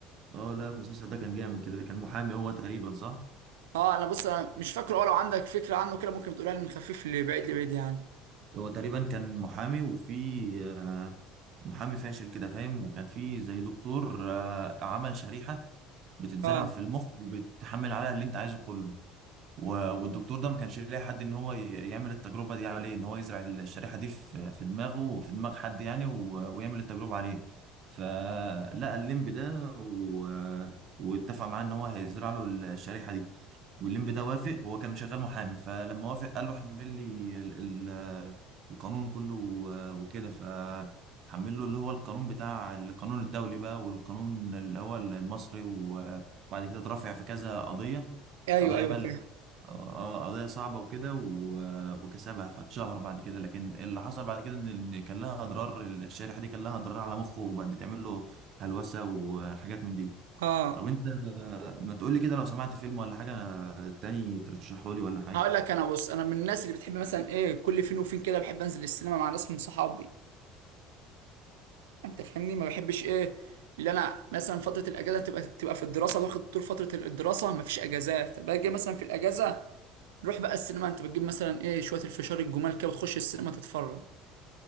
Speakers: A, on the right (about 55°); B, on the right (about 85°).
A: اه لا المسلسل ده كان جامد كده كان محامي هو تقريبا صح
B: اه انا بص انا مش فاكره اه لو عندك فكره عنه كده ممكن تقولها لي من خفيف لبعيد لبعيد يعني
A: هو تقريبا كان محامي وفي آه، محامي فاشل كده فاهم وكان في زي دكتور آه، عمل شريحة بتتزرع
B: اه
A: في المخ وبتحمل عليها اللي انت عايزه كله و- والدكتور ده ما كانش لاقي حد ان هو ي- يعمل التجربه دي عليه ان هو يزرع الشريحه دي في في دماغه وفي دماغ حد يعني و- ويعمل التجربه عليه فلقى الليمب ده و... واتفق معاه ان هو هيزرع له الشريحه دي والليمب ده وافق هو كان شغال محامي فلما وافق قال له حمل لي ال... ال... القانون كله و- وكده ف حمل له اللي هو القانون بتاع القانون الدولي بقى والقانون اللي هو المصري و- وبعد كده اترافع في كذا قضية
B: ايوه
A: قضايا
B: ايوه
A: بقى
B: فاهم
A: اه آه، قضية صعبة وكده و- وكسبها فاتشهر بعد كده لكن اللي حصل بعد كده ان ال- كان لها اضرار الشريحة دي كان لها اضرار على مخه وبقت بتعمل له هلوسة وحاجات من دي
B: اه
A: طب انت آه، ما تقول لي كده لو سمعت فيلم ولا حاجة آه، تاني ترشحه لي ولا حاجة
B: هقول لك انا بص انا من الناس اللي بتحب مثلا ايه كل فين وفين كده بحب انزل السينما مع ناس من صحابي انت فاهمني ما بحبش ايه اللي انا مثلا فتره الاجازه تبقى تبقى في الدراسه واخد طول فتره الدراسه ما فيش اجازات باجي مثلا في الاجازه نروح بقى السينما انت بتجيب مثلا ايه شويه الفشار الجمال كده وتخش السينما تتفرج